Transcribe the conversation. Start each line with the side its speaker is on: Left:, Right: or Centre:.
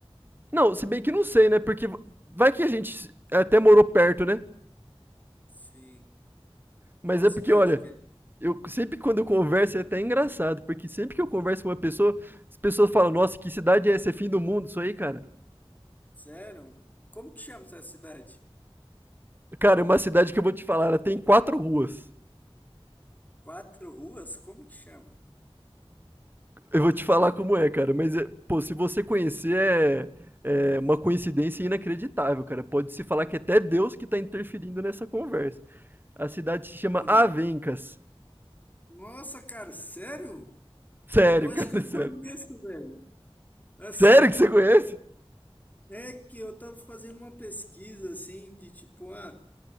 Right: Não, se bem que não sei, né? Porque vai que a gente até morou perto, né?
Left: Sim.
Right: Mas
Left: Qual
Right: é
Left: cidade
Right: porque, olha,
Left: que é?
Right: eu sempre quando eu converso é até engraçado, porque sempre que eu converso com uma pessoa, as pessoas falam, nossa, que cidade é essa? É fim do mundo isso aí, cara?
Left: Sério? Como que chama essa cidade?
Right: Cara, é uma cidade que eu vou te falar, ela tem quatro ruas.
Left: Quatro ruas? Como que chama?
Right: Eu vou te falar como é, cara, mas, é- pô, se você conhecer, é, é uma coincidência inacreditável, cara. Pode-se falar que é até Deus que tá interferindo nessa conversa. A cidade se chama
Left: Uhum.
Right: Avencas.
Left: Nossa, cara, sério?
Right: Sério,
Left: Eu acho
Right: cara,
Left: que eu
Right: <laughs> sério.
Left: conheço, velho. Assim,
Right: Sério que você conhece?
Left: é que eu tava fazendo uma pesquisa assim de tipo, ah,